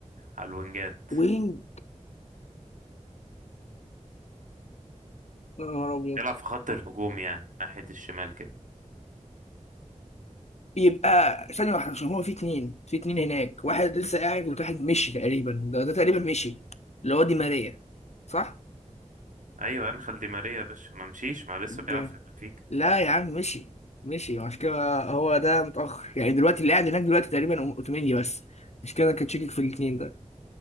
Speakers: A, on the right; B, on the left.
A: على الوينجات
B: وينج يا نهار أبيض
A: بيلعب في خط الهجوم يعني ناحية الشمال كده
B: يبقى ثانية واحدة عشان هو في اتنين في اتنين هناك واحد لسه قاعد وواحد مشي تقريبا ده, ده تقريبا مشي اللي هو دي ماريا صح؟
A: أيوة أنخيل دي ماريا يا باشا ما مشيش ما لسه
B: جامد.
A: بيلعب في بنفيكا
B: لا يا عم مشي مشي عشان كده هو ده متأخر يعني دلوقتي اللي قاعد هناك دلوقتي تقريبا أوتوميني بس مش كده أنا كنت شاكك في الاتنين ده